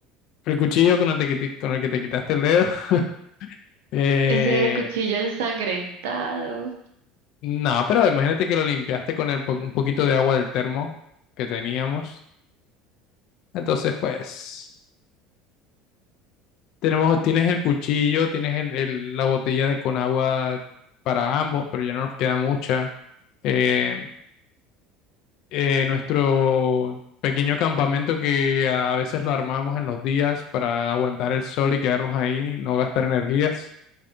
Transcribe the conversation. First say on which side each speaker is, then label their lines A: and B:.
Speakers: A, on the left; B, on the right.
A: el cuchillo con el, te- con el que te quitaste el dedo. <laughs> Eh,
B: Ese cuchillo ensangrentado.
A: No, pero imagínate que lo limpiaste con el po- un poquito de agua del termo que teníamos. Entonces, pues, tenemos, tienes el cuchillo, tienes el- el- la botella de con agua para ambos, pero ya no nos queda mucha. Eh, eh, nuestro pequeño campamento que a a veces lo armamos en los días para aguantar el sol y quedarnos ahí, no gastar energías.